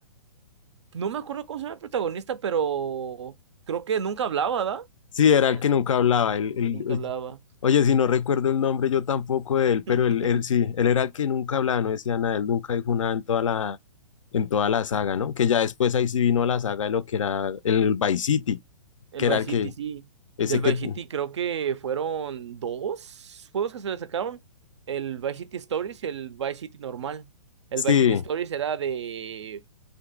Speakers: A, on the right (about 50°); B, on the left (about 55°).
A: no me acuerdo cómo se llama el protagonista, pero creo que nunca hablaba, ¿verdad?
B: Sí, era
A: Eh,
B: el que nunca hablaba. El,
A: el
B: el-
A: que nunca hablaba.
B: oye, si no recuerdo el nombre, yo tampoco de él, pero
A: <laughs>
B: él, él sí, él era el que nunca hablaba, no decía nada, él nunca dijo nada en toda la, en toda la saga, ¿no? Que ya después ahí sí vino la saga de lo que era el Vice City,
A: El
B: que
A: Vice
B: era el
A: City,
B: que,
A: sí.
B: ese
A: Del
B: que,
A: Vice City creo que fueron dos juegos que se le sacaron. El Vice City Stories y el Vice City normal. El
B: sí,
A: Vice City Stories era de